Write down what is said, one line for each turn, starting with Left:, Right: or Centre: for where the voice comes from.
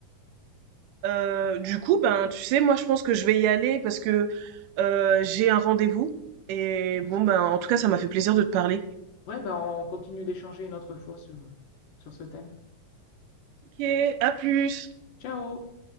Right: Heu, du coup, ben, tu sais, moi je pense que je vais y aller parce que, heu, j'ai un rendez-vous et bon, ben, en tout cas ça m'a fait plaisir de te parler.
Left: Ouais, ben on continue d'échanger une autre fois sur, sur ce thème.
Right: OK, à plus!
Left: Ciao!